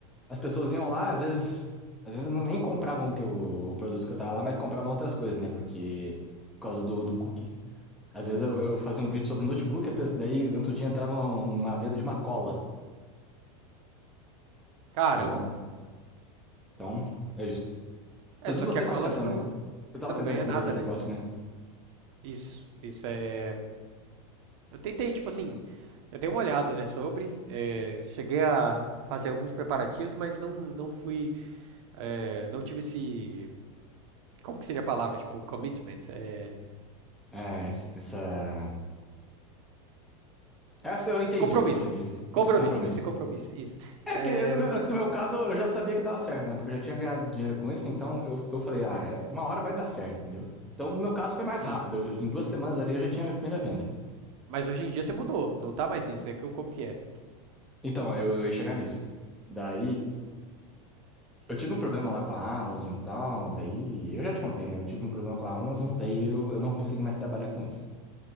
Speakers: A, in the centre; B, on the right (about 55°).
A: as pessoas iam lá, às vezes, às vezes não nem compravam o que eu- o produto que eu tava lá, mas compravam outras coisas, né? Porque por causa do, do cookie. Às vezes eu, eu fazia um vídeo sobre notebook, a pessoa, daí no outro dia entrava uma venda de uma cola.
B: Caramba.
A: Então, então, é isso.
B: É,
A: Inclusive
B: só
A: você
B: que a cola
A: tava tentando,
B: você não,
A: né? Você tava
B: você não
A: tentando
B: ganha
A: esse
B: nada,
A: modelo de
B: né?
A: negócio, né?
B: Isso, isso é. Eu tentei, tipo assim, eu dei uma olhada, né, sobre, eh, cheguei a fazer alguns preparativos, mas não, não fui, eh, não tive esse, como que seria a palavra, tipo, commitment, eh,
A: É, essa. Essa eu
B: esse
A: entendi
B: compromisso,
A: o que você quis dizer.
B: compromisso,
A: Isso compromisso.
B: esse compromisso, isso,
A: É
B: eh,
A: que no meu,
B: não tive
A: é que no
B: muito
A: meu caso
B: isso,
A: eu já sabia que dava certo, né? Porque eu já tinha ganhado dinheiro com isso, então eu, eu falei, ah, é, uma hora vai dar certo, entendeu? Então, no meu caso foi mais
B: sim,
A: rápido. Eu- em duas semanas ali eu já tinha a minha primeira venda.
B: mas hoje em dia você mudou, não tá mais nisso, né, que, como que é?
A: Então, eu, eu ia chegar nisso. Daí, eu tive um problema lá com a Amazon e tal. Daí, eu já te contei, né? Eu tive um problema com a Amazon, daí eu, eu não consegui mais trabalhar com isso.